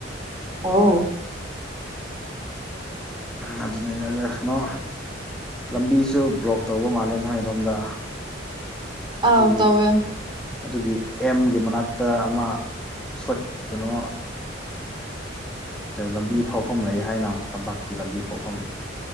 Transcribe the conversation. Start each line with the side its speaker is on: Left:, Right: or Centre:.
Right: ꯑꯣꯥꯎ
Centre: ꯑꯗꯨꯅꯤꯅꯦ ꯑꯗꯩꯅꯣ ꯂꯝꯕꯤꯁꯨ ꯕ꯭ꯂꯣꯛ ꯇꯧꯕ ꯃꯥꯜꯂꯦ ꯅꯣꯏ ꯑꯗꯣꯝꯗ
Right: ꯑꯥꯎ
Centre: ꯑꯗꯨꯒꯤ
Right: ꯇꯧꯋꯦ
Centre: ꯑꯗꯨꯒꯤ ꯑꯦꯝꯒꯤ ꯃꯅꯥꯛꯇ ꯑꯃ ꯁꯣꯠ ꯀꯩꯅꯣ ꯂꯝꯕꯤ ꯐꯥꯎꯐꯝ ꯂꯩ ꯍꯥꯏꯅ ꯇꯝꯄꯥꯛꯀꯤ ꯂꯝꯕꯤ ꯐꯥꯎꯐꯝ